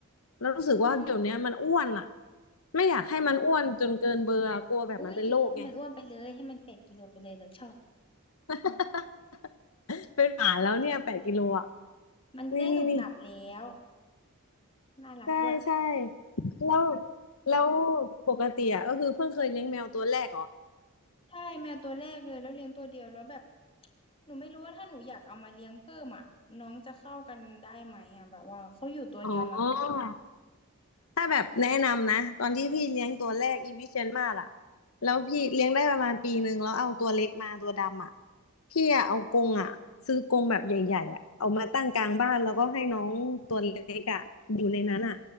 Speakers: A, on the left; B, on the left.
A: แล้วรู้สึกว่าเดี๋ยวเนี้ยมันอ้วนอ่ะ
B: อืม
A: ไม่อยากให้มันอ้วนจนเกินเบอร์อะกลัวแบบมันเป็นโรคไง
B: อุ้ยให้มันอ้วนไปเลยให้มันแปดกิโลไปเลยหนูชอบ
A: <laughs> เป็นหมาแล้วเนี่ยแปดกิโลอ่ะ
B: มันได้หนุบหนับแล้ว
A: นี่นี่นี่
B: น่ารักด้วย
A: ใช่ใช่แล้วแล้วปกติอ่ะก็คือเพิ่งเคยเลี้ยงแมวตัวแรกเหรอ
B: ใช่แมวตัวแรกเลยแล้วเลี้ยงตัวเดียวแล้วแบบหนูไม่รู้ว่าถ้าหนูอยากเอามาเลี้ยงเพิ่มอ่ะน้องจะเข้ากันได้ไหมอ่ะแบบว่าเขาอยู่ตัวเดียวมาตลอดอ่ะ
A: อ๋อ ถ้าแบบแนะนำนะตอนที่พี่เลี้ยงตัวแรกอีวิเชียนมาศอะแล้วพี่เลี้ยงได้ประมาณปีหนึ่งแล้วเอาตัวเล็กมาตัวดำอะพี่อะเอากรงอะซื้อกรงแบบใหญ่ๆอะเอามาตั้งกลางบ้านแล้วก็ให้น้องตัวเล็กอะอยู่ในนั้นอะ